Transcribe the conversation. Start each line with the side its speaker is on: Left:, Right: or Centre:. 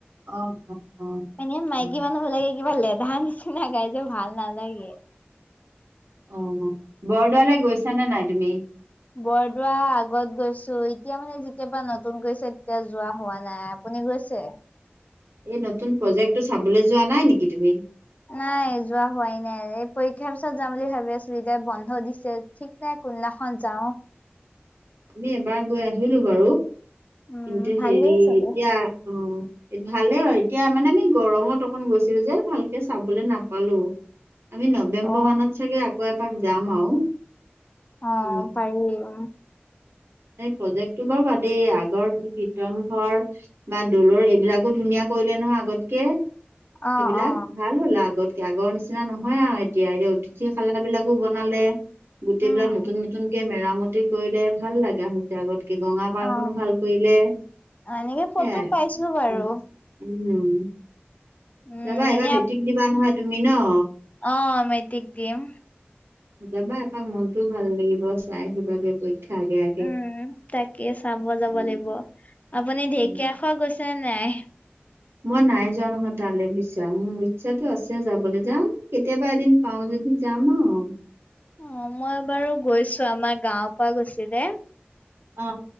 Right: অ অ অ
Left: এনে মাইকী
Right: অ উম,
Left: মানুহ বিলাগে কিবা লেধা নিচিনা গাই যে ভাল নালাগে।
Right: আহ বৰদোৱালৈ গৈছানে নাই তুমি?
Left: বৰদোৱা আগত গৈছো এতিয়া মানে যেতিয়া পৰা নতুন গৈছে তেতিয়া যোৱা হোৱা নাই আপুনি গৈছে?
Right: এই নতুন প্ৰজেক্টটো চাবলৈ যোৱা নাই নেকি তুমি?
Left: নাই যোৱা হোৱাই নাই এই পৰীক্ষাৰ পিছত যাম বুলি ভাবি আছিলো এতিয়া বন্ধ দিছে ঠিক নাই, কোনদিনাখন যাও,
Right: আমি এবাৰ গৈ আহিলো বাৰু। কিন্তু
Left: উম ভালেই
Right: হেৰি
Left: চাগে
Right: এতিয়া অ ভালেই আৰু এতিয়া মানে গৰমত অকন গৈছিলো যে ভালকে চাবলৈ নাপালো আমি নৱেম্বৰ
Left: অ
Right: মানত চাগে আকৌ এপাক যাম আৰু
Left: অ
Right: উম
Left: পাৰি উ
Right: এই প্ৰজেক্টটো বাও বাদেই আগৰ কীৰ্তন ঘৰ বা দলৰ এইবিলাকো ধুনীয়া। কৰিলে নহয় আগতকে। সেইবিলাক
Left: অ অ
Right: ভাল হ'ল আগত আগৰ নিচিনা নহয় আৰু এতিয়া এতিয়া অতিথি খাল বিলাকো বনালে গোটেইবিলাক
Left: উম
Right: নতুন নতুনকে মেৰামতি কৰিলে ভাল লগা হৈছে আগত ত গঙাপাৰখনো
Left: অ
Right: ভাল কৰিলে।
Left: এনেকে ফটো
Right: সেয়াই
Left: পাইছো বাৰু
Right: উ উম
Left: উম
Right: যাবা এইবাৰ
Left: এনে
Right: মেট্ৰিক
Left: আপ
Right: দিবা নহয় তুমি ন
Left: অ মেতিক দিম
Right: যাবা এপাক মনতটোও ভাল লাগিব চাই আহিবাগে পৰীক্ষা আগে
Left: উম তাকে চাব যাব
Right: উম,
Left: লাগিব। আপুনি ঢেকীয়া
Right: উম।
Left: খোৱা গৈছে ছে নাই?
Right: মই নাই যোৱা নহয় তালে বুইচা। মোৰ ইচ্ছাতটো আছে যাবলৈ যাওঁ কেতিয়াবা এদিন পাওঁ যে যি যাম আও
Left: অ মই বাৰু গৈছো আমাৰ গাঁৱৰ পৰা গৈছিলে।
Right: অ